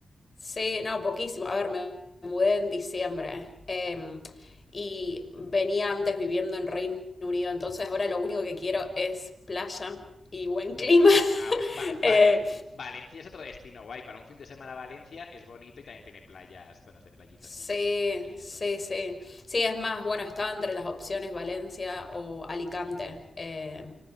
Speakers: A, on the left; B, on the left.
A: sí, no, poquísimo. A ver, me mudé en diciembre em, y venía antes viviendo en Reino Unido, entonces ahora lo único que quiero es playa y buen clima. <laughs>
B: Ah, pues Va- Valen-
A: Eh,
B: Valencia es otro destino guay. Para un fin de semana Valencia es bonito y también tiene playas, zonas de playitas
A: Sí,
B: y, y eso.
A: sí, sí. Sí, es más, bueno, estaba entre las opciones Valencia o Alicante, eh,